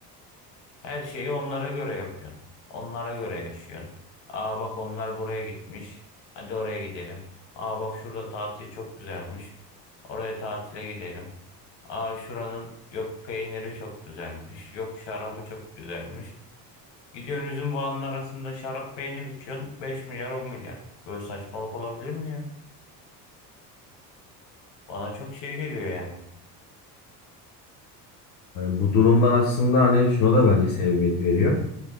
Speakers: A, on the left; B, on the left.
A: Her şeyi onlara göre yapıyorsun. Onlara göre yaşıyorsun. Aa bak onlar buraya gitmiş. Hadi oraya gidelim. Aa bak şurada tatil çok güzelmiş. Oraya tatile gidelim. Aa şuranın yok peyniri çok güzelmiş. Yok şarabı çok güzelmiş. Gidiyorsun üzüm bağının arasında şarap peynir içiyorsun. beş milyar 10 milyar. Böyle saçmalık olabilir mi ya? Bana çok şey geliyor yani.
B: Hani bu durumlar aslında hani şuna da bence sebebiyet veriyor.